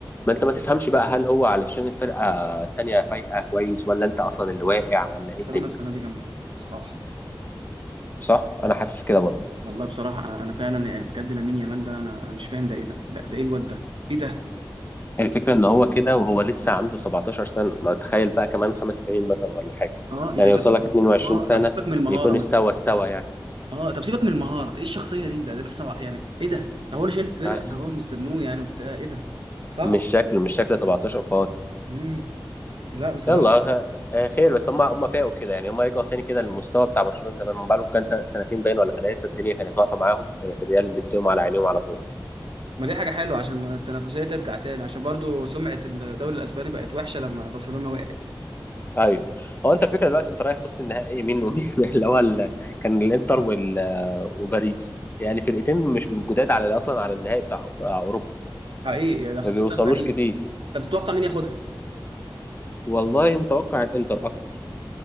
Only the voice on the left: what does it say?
ما انت ما تفهمش بقى هل هو علشان الفرقه التانيه فايقه كويس ولا انت اصلا اللي واقع ولا ايه
الدنيا
صح انا حاسس كده برضه
الفكرة ان هو كده وهو لسه عنده 17 سنة ما تخيل بقى كمان خمس سنين مثلا ولا حاجة
يعني
يوصل
لك 22
سنة
يكون
استوى استوى يعني
أيوة.
مش شكله مش شكله 17 خالص
يلا غ- آه، خير بس هم هم فاقوا كده يعني هم رجعوا تاني كده للمستوى بتاع برشلونة زمان من بقالهم كان سنة- سنتين باين ولا ثلاثة الدنيا كانت واقفة معاهم كانت الريال بيديهم على عينيهم على طول
ايوه هو انت الفكره دلوقتي انت رايح بص النهائي مين ومين <laughs> اللي هو ال... كان الانتر وال... وباريس يعني فرقتين مش من جداد على اصلا على النهائي بتاع بتاع اوروبا
ما بيوصلوش
كتير
والله متوقع الانتر اكتر